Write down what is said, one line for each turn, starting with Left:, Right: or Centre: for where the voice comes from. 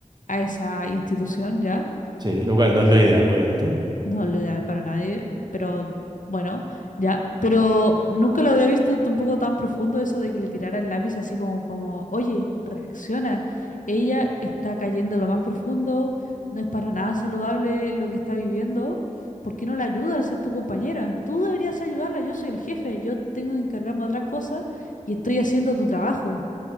Left: a esa institución, ¿ya?
Right: Sí, lo cual no es lo ideal, obviamente.
Left: No lo ideal para nadie, pero bueno, ya. Pero nunca lo había visto tampoco tan profundo eso de que le tirara el lápiz así como, como, oye, reacciona. Ella está cayendo en lo más profundo, no es para nada saludable lo que está viviendo. ¿Por qué no la ayudas? Es tu compañera. Tú deberías ayudarla, yo soy el jefe, yo tengo que encargarme de otras cosas y estoy haciendo tu trabajo.